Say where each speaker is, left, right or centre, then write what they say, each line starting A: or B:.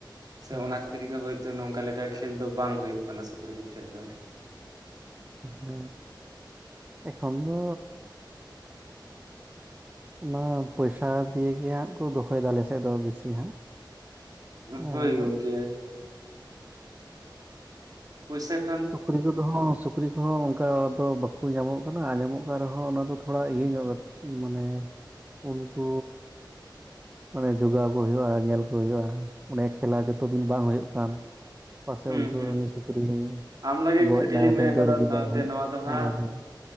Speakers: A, on the right; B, on the right.
A: ᱥᱮ
B: ᱦᱳᱭ
A: ᱚᱱᱟ ᱠᱷᱟᱹᱛ ᱵᱷᱨᱤᱜᱮ ᱦᱚᱭᱛᱚ ᱱᱚᱝᱠᱟ ᱞᱮᱠᱟ ᱠᱷᱮᱞ ᱫᱚ ᱵᱟᱝ ᱦᱩᱭᱩᱜ ᱠᱟᱱᱟ ᱥᱩᱠᱨᱤ ᱠᱷᱮᱞ ᱫᱚ
B: ᱦᱮᱸ ᱮᱠᱷᱚᱱ ᱫᱚ ᱚᱱᱟ ᱯᱚᱭᱥᱟ ᱫᱤᱭᱮᱜᱮ ᱦᱟᱸᱜ ᱠᱚ ᱫᱚᱦᱚᱭᱮᱫᱟ ᱟᱞᱮᱥᱮᱫ ᱫᱚ ᱵᱤᱥᱤ ᱦᱟᱸᱜ
A: ᱚᱦᱚᱭ
B: ᱟᱨ
A: ᱜᱚᱢᱠᱮ ᱯᱩᱭᱥᱟᱹ
B: ᱥᱩᱠᱨᱤ ᱠᱚ ᱫᱚ ᱦᱚ ᱥᱩᱠ ᱥᱩᱠᱨᱤ ᱠᱚᱦᱚᱸ ᱚᱱᱠᱟ ᱫᱚ ᱵᱟᱠᱚ ᱧᱟᱢᱚᱜ ᱠᱟᱱᱟ ᱟᱨ ᱧᱟᱢᱚᱜ ᱠᱟᱱ ᱨᱮᱦᱚᱸ ᱚᱱᱟ ᱫᱚ ᱛᱷᱚᱲᱟ ᱤᱭᱟᱹ ᱧᱚᱜ ᱠᱟ ᱢᱟᱱᱮ ᱩᱱᱠᱩ, ᱢᱟᱱᱮ ᱡᱚᱜᱟᱣ ᱠᱚ ᱦᱩᱭᱩᱜᱼᱟ ᱧᱮᱞ ᱠᱚ ᱦᱩᱭᱩᱜᱼᱟ ᱚᱱᱮ ᱠᱷᱮᱞᱟ ᱡᱚᱛᱚ ᱫᱤᱱ ᱵᱟᱝ ᱦᱩᱭᱩᱜ ᱠᱟᱱ ᱾ ᱯᱟᱥᱮ
A: ᱦᱩᱸ
B: ᱩᱱᱠᱩ
A: ᱦᱩᱸ
B: ᱩᱱᱤ ᱥᱩᱠᱨᱤ
A: ᱟᱢ ᱞᱟᱹᱜᱤᱫ
B: ᱜᱚᱡ
A: ᱠᱷᱟᱹᱴᱭᱟᱹ
B: ᱱᱟᱭ
A: ᱞᱤᱧ ᱢᱮᱱ
B: ᱥᱮ
A: ᱟᱠᱟᱫᱟ
B: ᱫᱟᱹᱲ ᱠᱮᱫᱟ
A: ᱥᱟᱶᱛᱮ
B: ᱦᱟᱸᱜ
A: ᱱᱚᱣᱟ ᱫᱚ
B: ᱦᱮᱸ
A: ᱦᱟᱸᱜ
B: ᱦᱮᱸ